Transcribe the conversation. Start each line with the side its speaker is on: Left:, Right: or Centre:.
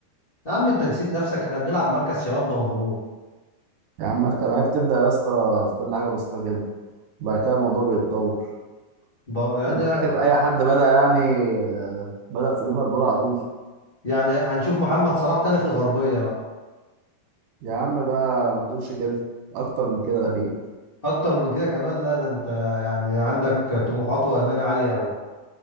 Left: يا عم انت نسيت نفسك احنا بنلعب مركز شباب ضمنهور
Right: يا عم اركب ما هي بتبدا يا اسطى في كل حاجه بسيطه كده وبعد كده الموضوع بيتطور
Left: ب... يعني
Right: انت فاكر اي حد بدا يعني آه، بدا في ليفربول على طول
Left: يعني هنشوف محمد صلاح تاني في الغربية بقى
Right: يا عم بقى ما تقولش كده اكتر من كده اكيد
Left: اكتر من كده كمان لا ده انت يعني عندك طموحات وامال عالية قوي